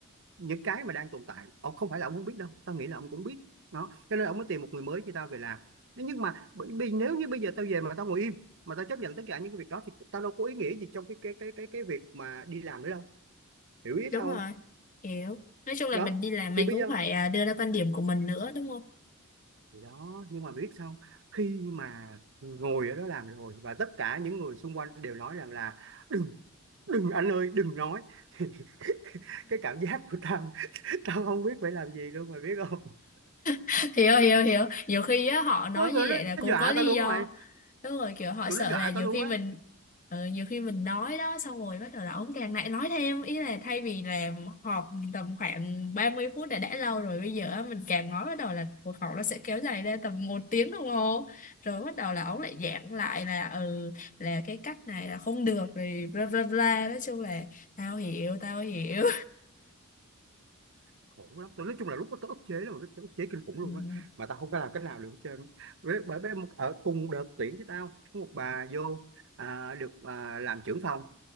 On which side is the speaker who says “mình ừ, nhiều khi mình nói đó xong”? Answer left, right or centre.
Left